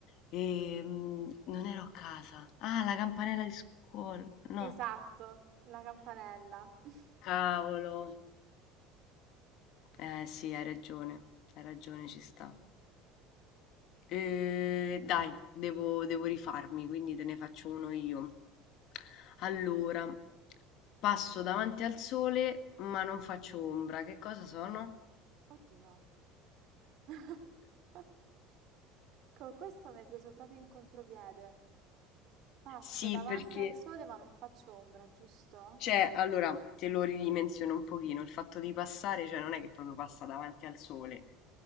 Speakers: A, on the left; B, on the right.
A: E, mm, non ero a casa. Ah, la campanella di scuola. No,
B: esatto, la campanella. <laughs>
A: cavolo. Eh sì, hai ragione, hai ragione, ci sta. Eh, dai, devo, devo rifarmi, quindi te ne faccio uno io. Allora, passo davanti al sole, ma non faccio ombra. Che cosa sono?
B: Oddio. <laughs> Co questo mi hai preso proprio in contropiede. Passo
A: Sì,
B: Sì, davanti
A: perché
B: al perché... sole ma non faccio ombra, giusto?
A: Cioè, allora te lo ridimensiono un pochino, il fatto di passare, cioè non è che proprio passa davanti al sole,